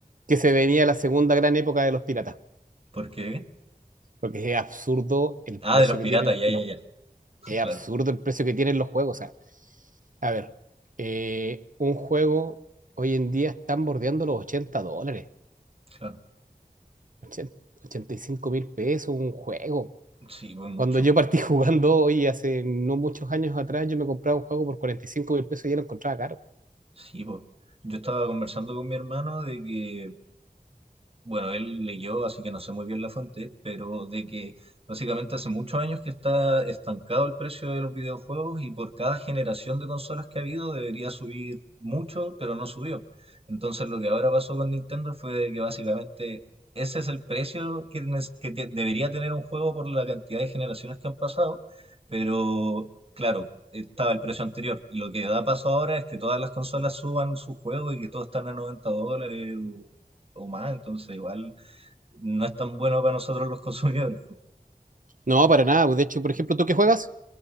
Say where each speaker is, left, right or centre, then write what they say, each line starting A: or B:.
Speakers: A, on the right; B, on the right.
A: que se venía la segunda gran época de los piratas,
B: ¿Por qué?
A: porque es absurdo el
B: Ah,
A: precio
B: de los
A: que
B: piratas,
A: tienen
B: ya,
A: los,
B: ya, ya. <laughs>
A: es
B: Claro,
A: absurdo el precio que tienen los juegos. O sea, a ver, eh, un juego hoy en día están bordeando los 80 dólares,
B: claro.
A: ochenta ochenta y cinco mil pesos un juego.
B: Sí, pues mucho.
A: Cuando yo partí <laughs> jugando, hoy hace no muchos años atrás, yo me compraba un juego por 45 mil pesos y ya lo encontraba caro.
B: Sí, pues. Yo estaba conversando con mi hermano de que bueno, él leyó, así que no sé muy bien la fuente, pero de que básicamente hace muchos años que está estancado el precio de los videojuegos y por cada generación de consolas que ha habido debería subir mucho, pero no subió. Entonces lo que ahora pasó con Nintendo fue de que básicamente ese es el precio que, nes- que te- debería tener un juego por la cantidad de generaciones que han pasado, pero claro. Estaba el precio anterior. Y lo que da paso ahora es que todas las consolas suban su juego y que todo están a 90 dólares o más, entonces igual no es tan bueno para nosotros los consumidores. pues.
A: No, para nada. pues, De hecho, por ejemplo, ¿tú qué juegas?